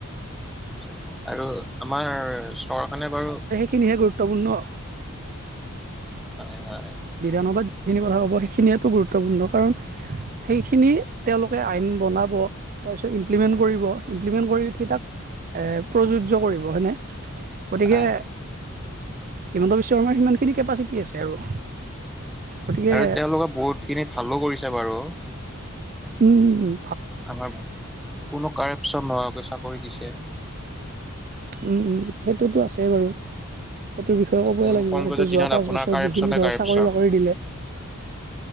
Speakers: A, in the centre; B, on the right.
A: সেইটো হয়। আৰু আমাৰ চহৰখনে বাৰু
B: খিনিহে গুৰুত্বপূৰ্ণ।
A: হয় হয়।
B: বিধানসভাত যিখিনি কথা ক'ব সেইখিনিয়ো গুৰুত্বপূৰ্ণ কাৰণ সেইখিনি তেওঁলোকে আইন বনাব, তাৰপিছত ইমপ্লিমেণ্ট কৰিব, ইমপ্লিমেণ্ট কৰি উঠি তাক প্ৰযোজ্য কৰিব সেনে, গতিকে
A: হয়
B: হিমন্ত বিশ্ব শৰ্মাৰ সিমান খিনি কেপাচিটি আছে আৰু। গতিকে
A: আৰু তেওঁলোকে বহুত খিনি ভালো কৰিছে বাৰু।
B: উম উম।
A: আমাৰ কোনো কাৰেপচন নোহোৱাকৈ চাকৰি দিছে,
B: উম উম সেইটোতো আছেই বাৰু। সেইটো বিষয়ে ক'বই
A: কোনো
B: লাগিব।
A: কংগ্ৰেছৰ
B: সেইটো
A: দিনত
B: যোৱা পাঁচ
A: আপোনাৰ
B: বছৰত
A: কাৰেপচনে
B: যিখিনি ধৰ
A: কাৰেপচন
B: চাকৰি বাকৰি দিলে